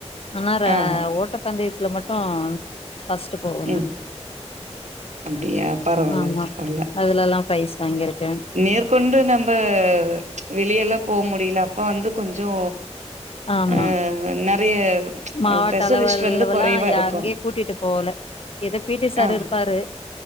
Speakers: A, on the left; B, on the right.
A: ஆனா ர
B: ஆ
A: ஓட்ட பந்தயத்துல மட்டு ஃபர்ஸ்ட் போகணும்
B: ஆ ம் அப்டியா பரவால்ல
A: ஆமா
B: பரவால்ல
A: அதுலல்லா பிரைஸ் வாங்கியிருக்கே
B: மேற்கொண்டு நம்ம வெளிய எல்லா போ முடில அப்ப வந்து கொஞ்சோ
A: ஆமா
B: அ நெறைய
A: மாவட்ட
B: ஸ்பெஷலிஸ்ட்
A: அளவுளல்லா
B: வந்து கொறைவா இருக்கு
A: எங்கேயு கூட்டிட்டு போல எதோ பி டி சாரு
B: ஆ
A: இருப்பாரு